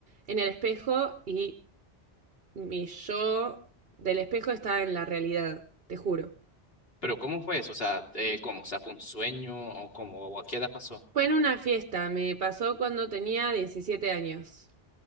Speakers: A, on the right; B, on the left.
A: en el espejo y mi yo del espejo estaba en la realidad, te juro.
B: Pero ¿cómo fue eso? O sea, eh, ¿cómo? O sea, ¿fue un sueño o cómo? ¿O a qué edad pasó?
A: Fue en una fiesta, me pasó cuando tenía 17 años.